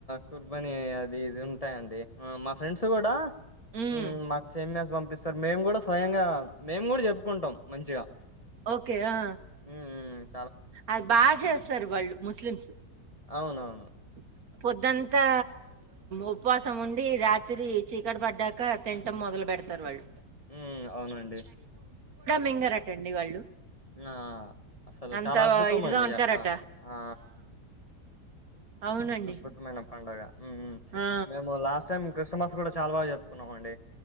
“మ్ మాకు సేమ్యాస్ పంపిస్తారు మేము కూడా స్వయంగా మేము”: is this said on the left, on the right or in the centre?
Left